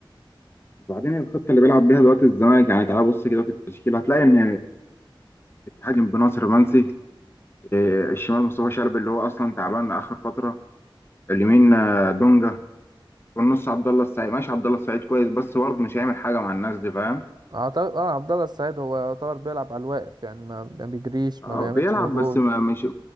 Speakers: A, on the left; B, on the right.
A: بعدين الخطه اللي بيلعب بيها دلوقتي الزمالك يعني تعالى بص كده في التشكيل هتلاقي ان بتهاجم بناصر منسي آه، الشمال مصطفى شلبي اللي هو اصلا تعبان اخر فتره اليمين آه، دونجا في النص عبد الله السعيد ماشي عبد الله السعيد كويس بس برضه مش هيعمل حاجه مع الناس دي فاهم
B: اعتقد اه عبد الله السعيد هو يعتبر بيلعب على الواقف يعني ما ما بيجريش
A: اه
B: ما بيعملش
A: بيلعب
B: مجهود
A: بس ما مش